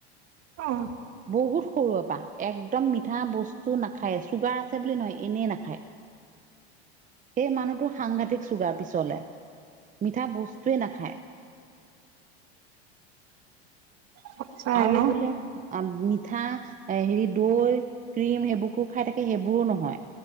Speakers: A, on the right; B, on the right.
A: অঁ।
B: বহুত সৰুৰে পৰা একদম মিঠা বস্তু নাখায় চুগাৰ আছে বুলি নহয় এনেই নাখায়। সেই মানুহটো সাংঘাতিক। চুগাৰ পিছলে মিঠা বস্তুৱে নাখায়। <inaudible>
A: সঁচাই
B: আৰু
A: ন
B: বোলে আঁ। পিঠা এ হেৰি দৈ ক্ৰীম সেইবোৰকো খাই থাকে সেইবোৰো নহয়।